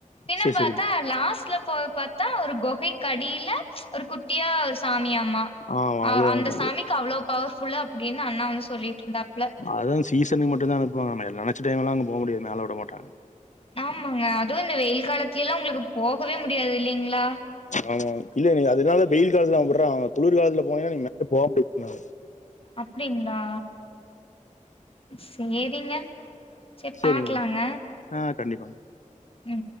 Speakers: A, on the left; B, on the left.
A: பின்ன
B: சேர்
A: பாத்தா
B: சேரி
A: லாஸ்ட்ல போய் பாத்தா ஒரு கொகைக்கடில ஒரு குட்டியா ஒரு சாமியாமா
B: ஆ அவ்ளோதாங்க
A: அந்த சாமிக்கு அவ்ளோ பவர்ஃபுல்லு அப்டின்னு அண்ணா வந்து சொல்லிட்ருந்தாப்ல
B: அதுவு சிசனுக்கு மட்டுந்தா அனுப்வாங்க நெனைச்ச டைம் எல்லா அங்க போ முடியாது மேல விட மாட்டாங்க
A: ஆமாங்க அதுவு இந்த வெயில் காலத்துலல்லா உங்களுக்கு போகவே முடியாது இல்லைங்களா
B: ஆமா இல்ல நீ அதனால வெயில் காலத்துல அவ விடுறா அங்க குளிர் காலத்துல போனீங்கன்னா நீ மேலே போக முடியாது உங்களால
A: அப்படிங்களா சேரிங்க செரி பாக்கலாங்க
B: சேரிங்க ஆ கண்டிப்பாங்க
A: ம்